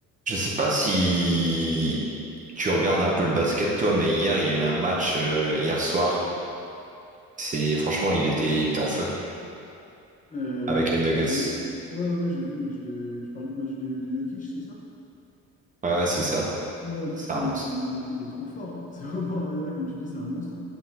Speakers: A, on the right; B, on the left.
A: Je sais pas si tu regardes un peu le basket, toi, mais hier, il y a eu un match, euh, hier soir. C'est, franchement, il était, il était en feu
B: Euh,
A: avec les Nuggets.
B: bah, ouais, ouais, ouais, ouais, j'ai vu le match de. Tu parles du match de, de Jokic, c'est ça?
A: Ouais, ouais, c'est ça.
B: Ouais, pff,
A: C'est un
B: il,
A: monstre.
B: il est, il est trop fort. hein. <laughs> C'est vraiment, un- ouais, comme tu dis, c'est un monstre.